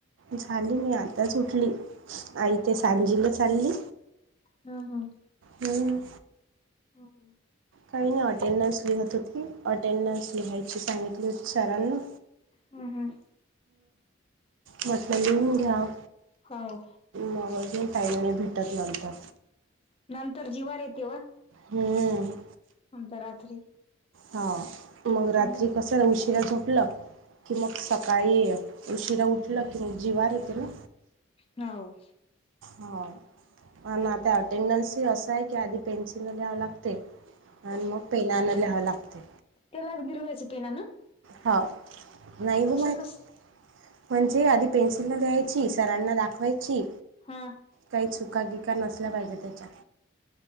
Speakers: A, on the right; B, on the left.
A: झाली. मी आताच उठली आई ते सांजीला चालली.
B: हम हम.
A: हुं.
B: हो.
A: काही नाही अटेंडन्स लिहत होती, अटेंडन्स लिहायची सांगितली होती सरांनी.
B: हम हम
A: म्हटलं लिहून घ्याव,
B: हो
A: मग आजून टाईम नाही भेटत नंतर.
B: नंतर जीवार येते व
A: हम्म
B: आमचं रात्री
A: हा, मग रात्री
B: हम्म
A: कस उशिरा झोपलं की मग सकाळी उशिरा उठलं की मग जिवार येत ना
B: हाव
A: हो, पण आता अटेंडन्सही असं आहे की आधी पेन्सिलनं ल्याव लागतंय आणि मग पेनानं ल्याव्ह लागतंय
B: त्येलाच गिरवायच पेनानं
A: हा, नाही ग <unintelligible>
B: कस
A: म्हणजे आधी पेन्सिलन ल्याय ची सरांना दाखवायची,
B: हा
A: काही चुका-बिका नसल्या पाहिजे त्येच्यात